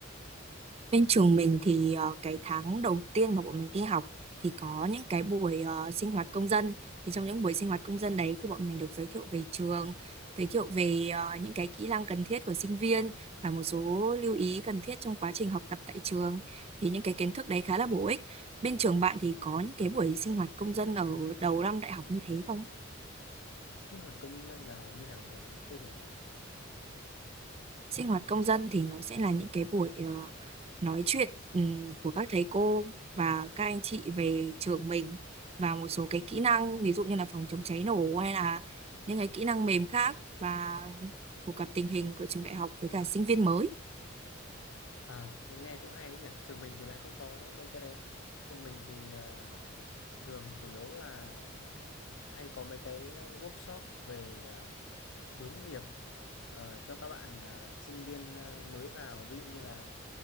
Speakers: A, on the right (about 30°); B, on the left (about 70°).
A: Bên trường mình thì ờ, cái tháng đầu tiên mà bọn mình đi học thì có những cái buổi ờ, sinh hoạt công dân. Thì trong những buổi sinh hoạt công dân đấy thì bọn mình được giới thiệu về trường, giới thiệu về ờ, những cái kỹ năng cần thiết của sinh viên và một số lưu ý cần thiết trong quá trình học tập tại trường. Thì những cái kiến thức đấy khá là bổ ích. Bên trường bạn thì có những cái buổi sinh hoạt công dân ở đầu năm đại học như thế không?
B: sinh hoạt công dân là như nào nhỉ mình chưa hiểu lắm
A: Sinh hoạt công dân thì nó sẽ là những cái buổi ờ, nói chuyện ừm, của các thầy cô và các anh chị về trường mình và một số cái kỹ năng ví dụ như là phòng chống cháy nổ hay là những cái kỹ năng mềm khác và phổ cập tình hình của trường đại học với cả sinh viên mới
B: à thế nghe cũng hay ấy nhỉ trường mình thì lại không có mấy cái đấy trường mình thì ờ, thường chủ yếu là hay có mấy cái workshop về ờ, hướng nghiệp ờ, cho các bạn ờ, sinh viên ờ, mới vào ví dụ như là